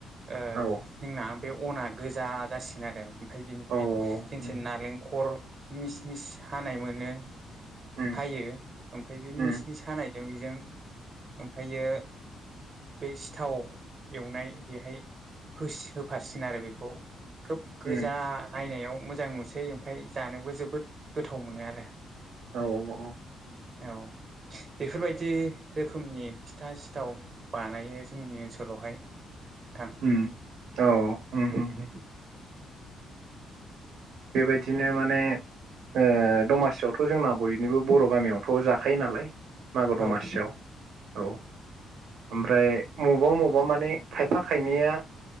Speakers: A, on the right; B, on the right.
A: ओ
B: औ
A: जोंना बे अना गोजा जासिगोन आरो ओमफाय बिनिफ्राय
B: औ उम
A: जोंनिथिं नालेंखर मिस मिस हानाय मोनो
B: उम
A: हायो ओमफाय बे
B: उम
A: मिस मिस हानायजों बेजों ओमफायो बै सिथाव एवनाय बेहाय होसि होफासिगोन आरो बेखौ खोब गोजा
B: उम
A: नायनायाव मोजां नुसै ओमफाय जानोबो जोबोद गोथाव मोनो आरो
B: औ औ औ
A: औ बेफोरबायदि रोखोमनि फिथा सिथाव बानायो जोंनि ओनसोलावहाय नोंथां
B: उम औ उम उम उम बेबायदिनो माने ओ दमासियावथ' जोंना बयनिबो बर' गामियावथ' जाखायो नालाय मागो
A: औ
B: दमासियाव औ ओमफ्राय मबेबा मबेबा माने खायफा खायनैया